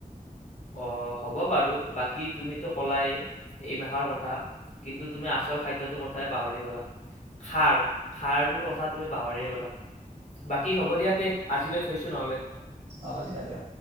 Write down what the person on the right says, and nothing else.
অঁ দিয়া দিয়া।